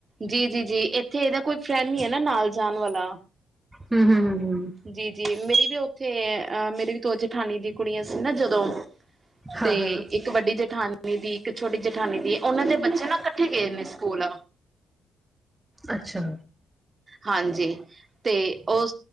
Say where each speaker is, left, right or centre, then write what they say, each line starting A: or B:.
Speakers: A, on the right; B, on the right.
A: ਜੀ ਜੀ ਜੀ ਇੱਥੇ ਇਹਦਾ ਕੋਈ ਰਹਿਣੀ ਹੈ ਨਾ ਨਾਲ ਜਾਣ ਵਾਲਾ
B: ਹੂੰ- ਹੂੰ, ਹੂੰ- ਹੂੰ।
A: ਜੀ ਜੀ ਮੇਰੀ ਵੀ ਉੱਥੇ ਅ ਮੇਰੀ ਵੀ ਤੋ ਜੇਠਾਣੀ ਦੀਆਂ ਕੁੜੀਆਂ ਸੀ ਨਾ ਜਦੋਂ
B: ਹਾਂ,
A: ਤੇ
B: ਹਾਂ
A: ਇੱਕ ਵੱਡੀ ਜੇਠਾਨੀ ਦੀ ਇੱਕ ਛੋਟੀ ਜਠਾਨੀ ਦੀ ਉਹਨਾਂ ਦੇ ਬੱਚੇ ਨਾ ਇਕੱਠੇ ਗਏ ਨੇ ਸਕੂਲ।
B: ਅੱਛਾ।
A: ਹਾਂਜੀ ਤੇ ਉਹ